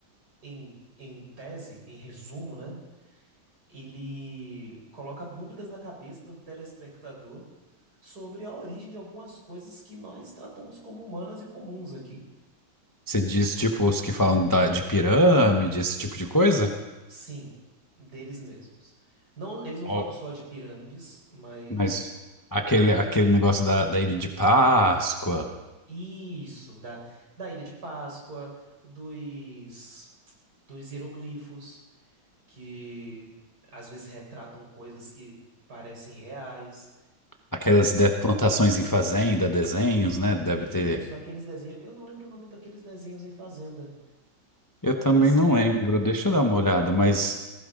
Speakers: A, on the right (about 50°); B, on the left (about 25°).
A: em, em tese, em resumo, né? Ele coloca dúvidas na cabeça do telespectador sobre a origem de algumas coisas que nós tratamos como humanas e comuns aqui.
B: Você diz, tipo, os que falam da- de pirâmide, esse tipo de coisa?
A: Sim, deles mesmos. Não, eles não
B: Ou-
A: falam só de pirâmides, mas
B: Mas aquele, aquele negócio da, da Ilha de Páscoa,
A: isso, da, da Ilha de Páscoa, dos, dos hieroglifos, que às vezes retratam coisas que parecem reais.
B: aquelas de- plantações em fazenda, desenhos, né? Deve
A: Isso,
B: ter.
A: aqueles desenhos. Eu não lembro o nome daqueles desenhos em Fazenda,
B: Eu também
A: mas
B: não lembro, deixa eu dar uma olhada, mas